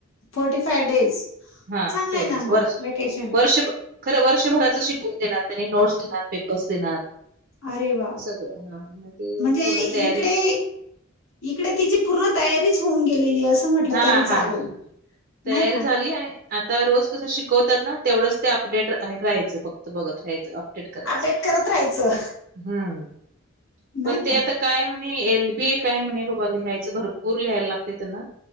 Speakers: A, on the left; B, on the right.
A: फोर्टी फाय डेज
B: हा
A: चांगला
B: तेवढंच
A: आहे ना मग
B: वर्ष
A: वकेशन
B: वर्ष खरं वर्षभराच शिकवून देणार त्यांनी नोट्स देणार पेपर्स देणार
A: अरे! वाव.
B: सगळं हा मग ते
A: म्हणजे,
B: पूर्ण तयारीच
A: इकडे इकडे तिची पूर्ण तयारीच होऊन गेलेली. हे असं म्हटलं
B: हा
A: तरी चालेल
B: हा हा तयारी
A: नाही का
B: झाली आणि आता रोज कसं शिकवतात ना, तेवढंच ते अपडेट राहायचं. फक्त बघत राहायचं अपडेट करायचं
A: अपडेट करत राहायचं
B: हम्म.
A: नाही
B: पण ते
A: का
B: आता काय म्हणे, एल बी ए काय म्हणे बाबा लिहायचं भरपूर लिहायला लागते त्यांना.